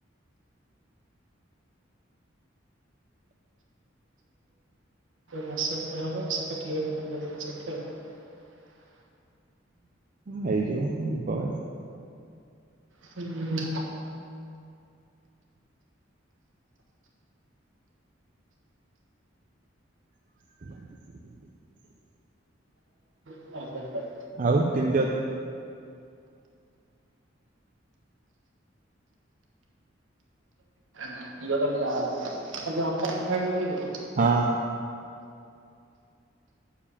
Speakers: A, on the right; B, on the right.
A: ମାସେଖଣ୍ଢେ ହବ ସେଟା କ୍ଲିଅର ହେଲେ ପଳେଇବି ସେଠି ଆଉ
B: ହେଇଯିବ ଯିବା
A: ହୁଁ
B: <inaudible>
A: <unintelligible>
B: ଆଉ କେମିତି ଅଛ
A: ନା ଦିଅ ତମେ ଯାହା ହେଉଛି ଖାଲି ଅଣ୍ଟା ବିନ୍ଧା ବିନ୍ଧି ହଉଛି।
B: ହଁ।